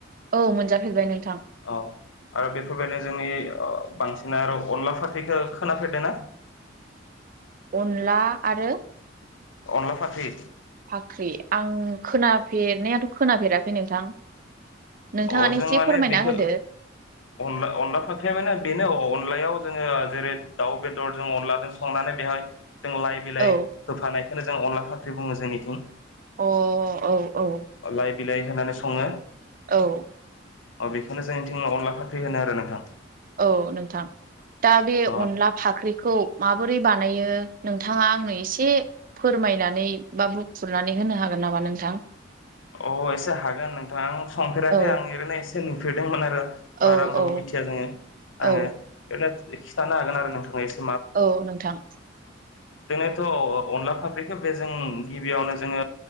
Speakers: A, on the right; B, on the left.
A: औ मोनजाफेरबाय नोंथां।
B: औ आरो बेफोरबायदिनो जोंनि बांसिन आरो अनला फाख्रिखो खोनाफेरदो ना?
A: अनला आरो
B: अनला फाख्रि
A: फाख्रि आं खोनाफेरनायाथ' खोनाफेराखै नोंथां। नोंथाङानो
B: अ जों
A: एसे
B: माने
A: फोरमायना
B: बेखो
A: होदो
B: अनला-अनला फाख्रिया बेनो अनलायाव जोङो जेरै दाउ बेदर जों अनलादोन संनानै बेहाय जों लाइ बिलाइ
A: औ
B: होफानाय खोनो जोन अनला फाख्रि बुङो जोंनिथिं।
A: अ औ औ
B: लाइ बिलाइ होनानै सङो।
A: औ
B: अ बेखोनो जोंथिं अनला फाख्रि होनो आरो नोंथां।
A: औ नोंथां दा बे
B: अ
A: अनला फाख्रिखौ माबोरै बानायो? नोंथाङा आंनो एसे फोरमायनानै बा बुफ्रुनानै होनो हागोन नामा नोंथां?
B: अ एसे हागोन नोंथां आं संफेराखै
A: औ
B: आं ओरैनो एसे नुफेरदोंमोन आरो।
A: औ
B: बारा होमबाबो
A: औ
B: मिथिया जोङो आङो
A: औ
B: ओरैनो खिथानो हागोन आरो नोंथां ए
A: औ नोंथां
B: जोंनोथ' अनला फाख्रिखौो बे जों गिबियावनो जोङो